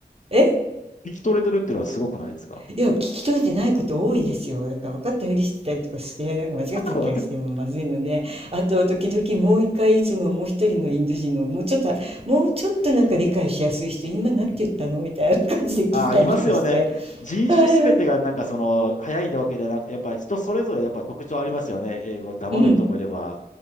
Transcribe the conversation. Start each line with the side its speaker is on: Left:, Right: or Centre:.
Right: え
Left: 聞き取れてるっていうのはすごくないですか
Right: いや、聞き取れてないこと多いですよ。だから分かったふりしてたりとかして、なんか間違っちゃったりしてもまずいので、
Left: <laughs>
Right: あと、時々もう一回、そのもう一人のインド人の、もうちょっと、もうちょっとなんか理解しやすい人、今なんて言ったのみたいな感じで聞いたりとかして。
Left: うん。ああ、いますよね。人種すべてがなんかその、
Right: はい。
Left: 早いわけじゃなくて、やっぱり人それぞれやっぱ特徴ありますよね。英語、黙る人もいれば、
Right: うん、